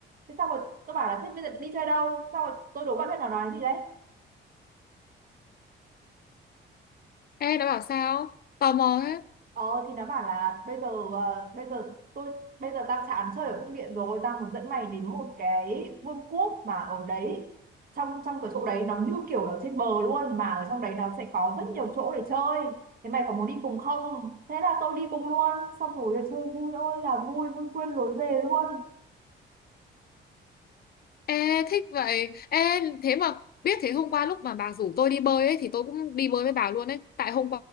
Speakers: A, on the right (about 45°); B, on the left (about 50°).
A: thế xong rồi tôi bảo là thế bây giờ đi chơi đâu xong rồi tôi đố bạn biết nó nói gì đấy
B: Ê, nó bảo sao? Tò mò thế.
A: ờ thì nó bảo là bây giờ ờ, bây giờ tôi bây giờ tao chán chơi ở cung điện rồi tao muốn dẫn mày đến một cái vương quốc mà ở đấy trong trong cái chỗ đấy nó như kiểu nó trên bờ luôn mà ở trong đấy nó sẽ có rất nhiều chỗ để chơi thế mày có muốn đi cùng không thế là tôi đi cùng luôn xong rồi chơi vui ơi là vui vui quên lối về luôn
B: Ê, thích vậy. Ê, thế mà biết thế hôm qua lúc mà bà rủ tôi đi bơi ấy thì tôi cũng đi bơi với bà luôn ấy. Tại hôm